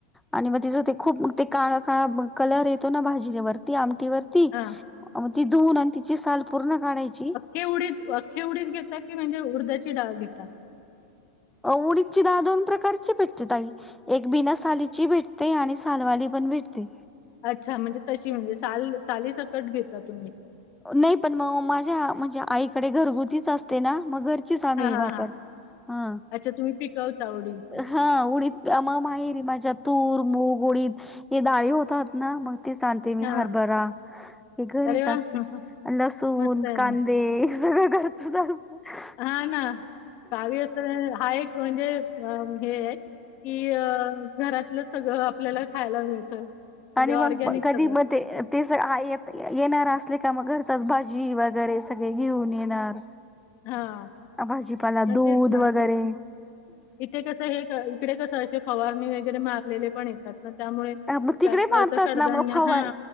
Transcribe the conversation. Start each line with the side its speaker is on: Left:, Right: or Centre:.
Centre: आणि मग तिचं ते खूप ते काळा काळा कलर येतो ना भाजीवरती आमटीवर ती
Left: हां,
Centre: मग ती धुवून आणि तिची साल पूर्ण काढायची
Left: हे उडीत अख्खे उडीत घेात की म्हणजे उडध्याची डाळ घेात
Centre: उडीदची दहा दोन प्रकारची पेटते ताई एक बिना सालीची भेटते आणि सालवाली पण भेटते
Left: अच्छा म्हणजे तशी म्हणजे साल सालीसकट घेता तुम्ही
Centre: नाही पण मग माझ्या म्हणजे आईकडे घरगुतीच असते ना मग घर अस आमही
Left: हां, हां,
Centre: वापर
Left: हां.
Centre: हा
Left: अच्छा तुम्ही पिकवता आवढील
Centre: हा उडी मग माहेरी माझ्या तूर मग उडीद हे ाळे होतात ना मग ते सांगते मी
Left: हां.
Centre: हरभरा हे घरीच
Left: अरे वाह!
Centre: असत
Left: हं, हं.
Centre: लसूण
Left: मस्त आहे
Centre: कांदे
Left: मग.
Centre: हे सगळं घरचच असत
Left: हा ना गावी असं हा एक म्हणजे हे आहे कि अ घरातलं सगळं आपल्याला खायला मिळतं म्हणजे
Centre: आणि
Left: ऑर्गॅनिक
Centre: मग कधी
Left: सगळं.
Centre: मग ते ते सग येत येणार असले का मग घरचाच भाजी वगैरे सगळे घेऊन येणार
Left: हां.
Centre: भाजीपाला
Left: मग
Centre: दूध
Left: तेच ना.
Centre: वगैरे
Left: इथे कसं हे इकडे कसं असे फवारणी वगैरे मारलेले पण येतात त्यामुळे
Centre: मग तिकडे
Left: जास्तच
Centre: मारतात
Left: कडधान्य
Centre: ना मग फवार
Left: हा